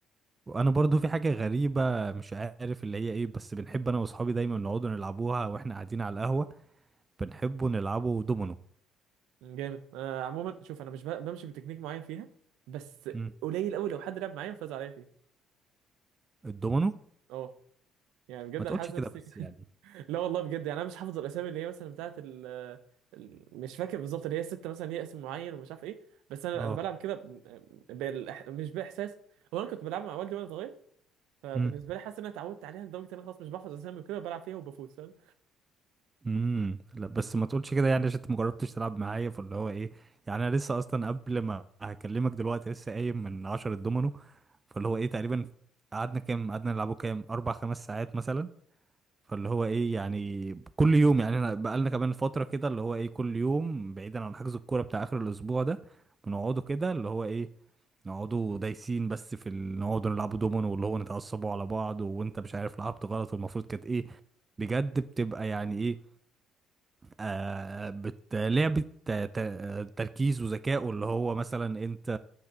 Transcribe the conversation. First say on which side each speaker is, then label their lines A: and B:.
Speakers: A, on the right; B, on the right.
A: وانا برضو في حاجه غريبه مش عارف اللي هي ايه بس بنحب انا واصحابي دايما نقعدوا نلعبوها واحنا قاعدين على القهوه بنحبوا نلعبوا دومينو
B: جامد آه عموما شوف انا مش ب- بمشي بتكنيك معين فيها بس
A: امم
B: قليل قوي لو حد لعب معايا وفاز عليا فيها
A: الدومينو
B: اه يعني بجد
A: ما
B: انا
A: تقولش
B: حاسس
A: كده
B: نفسي
A: بس يعني
B: <laughs> لا والله بجد يعني انا مش حافظ الاسامي اللي هي مثلا بتاعه ال ال- مش فاكر بالظبط اللي هي الستة مثلا ليها اسم معين ومش عارف ايه بس انا
A: اه
B: انا بلعب كده ب- بالإح... مش باحساس هو انا كنت بلعب مع والدي وانا صغير فبالنسبه
A: مم.
B: لي حاسس ان انا اتعودت عليها لدرجه ان انا خلاص مش بحفظ اسامي وكده وبلعب فيها وبفوز فاهم
A: امم لا بس ما تقولش كده يعني عشان انت ما جربتش تلعب معايا فاللي هو ايه يعني انا لسه اصلا قبل ما هكلمك دلوقتي لسه قايم من عشرة دومينو فاللي هو ايه تقريبا قعدنا كام قعدنا نلعبه كام اربع خمس ساعات مثلا فاللي هو ايه يعني كل يوم يعني احنا بقالنا كمان فتره كده اللي هو ايه كل يوم بعيدا عن حجز الكوره بتاع اخر الاسبوع ده بنقعدوا كده اللي هو ايه نقعدوا دايسين بس في ال... نقعدوا نلعبوا دومينو واللي هو نتعصبوا على بعض وانت مش عارف لعبت غلط والمفروض كانت ايه بجد بتبقى يعني ايه، آه، بت لعبة آه، ت- آه، تركيز وذكاء واللي هو مثلا انت